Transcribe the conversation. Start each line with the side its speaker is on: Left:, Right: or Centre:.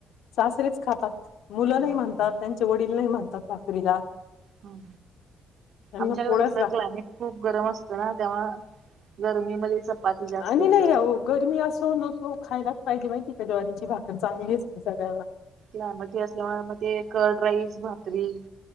Left: सासरेच खातात मुलं
Right: हा
Left: नाही
Right: हा.
Left: म्हणतात त्यांच्या वडील नाही म्हणतात भाकरीला
Right: ह
Left: त्यांना
Right: आमच्याकडे
Left: पोळ्याच
Right: कस सकलं
Left: लागतात
Right: खूप गरम असतं ना तेव्हा गरमीमध्ये चपाती जास्त
Left: आणि
Right: इथं
Left: नाही अह गरमी असं न हो खायलाच पाहिजे माहिती का ज्वारीची भाकरर चांगली असती सगळ्यांना
Right: लामध्ये असल्यामुळे म ते कर्ड राईस भाकरी